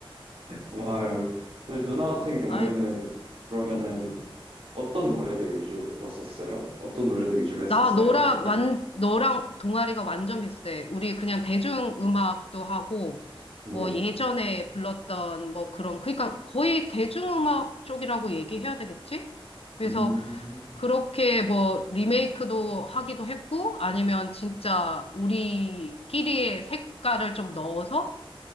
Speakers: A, on the right; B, on the left.
A: 고마워요. 근데 누나 같은
B: 어,
A: 경우에는
B: 아이,
A: 그러면은
B: 음.
A: 어떤 노래들 위주로 들었었어요? 어떤 노래들 위주로 했었어요?
B: 나 너랑
A: 그때?
B: 완 너랑 동아리가 완전 비슷해. 우리 그냥 대중 음악도 하고
A: 네.
B: 뭐 예전에 불렀던 뭐 그런 그러니까 거의 대중 음악 쪽이라고 얘기해야 되겠지? 그래서
A: 음,
B: 그렇게 뭐 리메이크도 하기도 했고 아니면 진짜 우리끼리의 색깔을 좀 넣어서